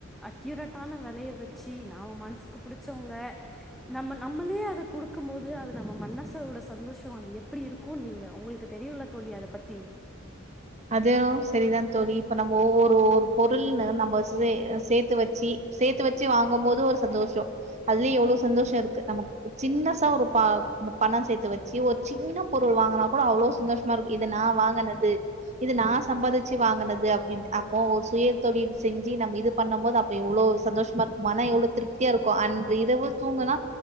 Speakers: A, in the centre; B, on the right (about 35°).
A: அக்யூரட்டான வெலய வெச்சி நாம மனசுக்கு புடிச்சவங்கள நம்ம நம்மளே அத குடுக்கும் போது அது நம்ம மனசோட சந்தோஷம் அது எப்பிடி இருக்கும் நீங்க உங்களுக்கு தெரியுல்ல தோழி அத பத்தி
B: அதுவும் செரிதான் தோழி இப்ப நம்ம ஒவ்வொரு ஒரு பொருள் நம்ம சே சேத்து வச்சி சேத்து வச்சி வாங்கும் போது ஒரு சந்தோஷம் அதுலயே எவ்ளோ சந்தோஷம் இருக்கு நம்ம சின்ன சா பா பணம் சேத்து வச்சி ஒரு சின்ன பொருள் வாங்கனா கூட அவ்ளோ சந்தோஷமா இருக்கு இது நான் வாங்கனது இது நா சம்பாதிச்சி வாங்கனது அப்டின்டு அப்போ ஒரு சுயத்தொழில் செஞ்சி நம்ம இது பண்ணும் போது எவ்ளோ சந்தோஷமா இருக்கும் மனம் எவ்ளோ திருப்தியா இருக்கும் அன்று இரவு தூங்குனா